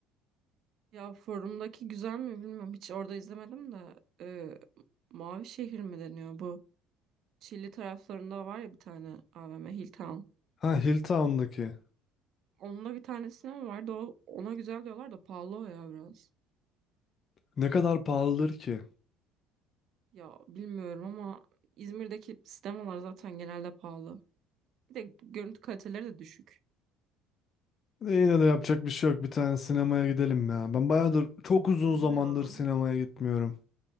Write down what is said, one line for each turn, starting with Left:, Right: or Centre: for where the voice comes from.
Right: Ya forumdaki güzel mi bilmiyorum. Hiç orada izlemedim de. Ee, Mavi Şehir mi deniyor bu? Çilli taraflarında var ya bir tane AVM Hilltown.
Left: Ha Hilltown'daki.
Right: Onunla bir tanesine mi vardı? O, ona güzel diyorlar da pahalı o ya biraz.
Left: Ne kadar pahalıdır ki?
Right: Ya bilmiyorum ama İzmir'deki sinemalar zaten genelde pahalı. Bir de görüntü kaliteleri de düşük.
Left: E, Yine de yapacak bir şey yok. Bir tane sinemaya gidelim ya. Ben bayağıdır çok uzun
Right: Olur
Left: zamandır
Right: ya.
Left: sinemaya gitmiyorum.